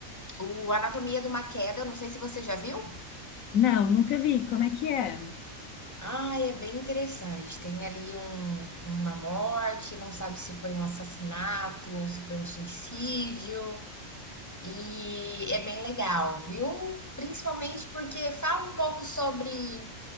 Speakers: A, on the left; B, on the left.
A: o Anatomia de uma Queda, não sei se você já viu.
B: Não, nunca vi. Como é que é?
A: Ah, é bem interessante. Tem ali um- uma morte, não sabe se foi um assassinato ou se foi um suicídio. E é bem legal, viu? Principalmente porque fala um pouco sobre